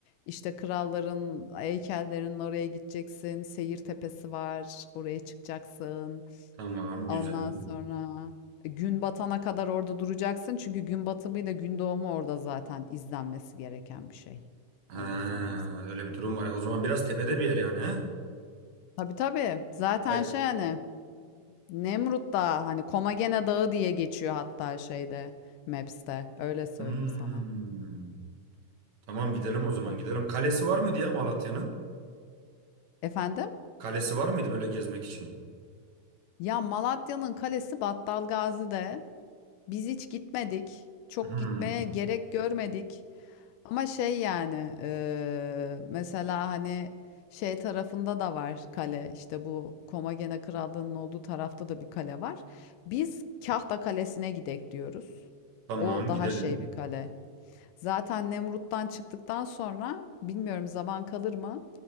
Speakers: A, on the left; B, on the right.
A: İşte kralların heykellerinin oraya gideceksin. Seyir tepesi var. Oraya çıkacaksın.
B: Tamam
A: Ondan
B: güzel.
A: sonra e, gün batana kadar orada duracaksın. Çünkü gün batımıyla gün doğumu orada zaten izlenmesi gereken bir şey.
B: Ha,
A: Öyle söyleyeyim sana.
B: öyle bir durum var. ya. O zaman biraz tepede bir yer yani. he?
A: Tabii tabii. Zaten
B: Hay-
A: şey hani Nemrut Dağı hani Komagene Dağı diye geçiyor hatta şeyde Maps'te. Öyle söyleyeyim
B: Hmm.
A: sana.
B: Tamam gidelim o zaman
A: O-
B: gidelim. Kalesi var mıydı ya Malatya'nın?
A: Efendim?
B: Kalesi var mıydı böyle gezmek için?
A: Ya Malatya'nın kalesi Battalgazi'de. Biz hiç gitmedik. Çok
B: Hmm.
A: gitmeye gerek görmedik. Ama şey yani eee, mesela hani şey tarafında da var kale işte bu Komagene Krallığı'nın olduğu tarafta da bir kale var. Biz Kahta Kalesi'ne gidek diyoruz.
B: Tamam
A: O daha
B: gidelim.
A: şey bir kale. Zaten Nemrut'tan çıktıktan sonra bilmiyorum zaman kalır mı?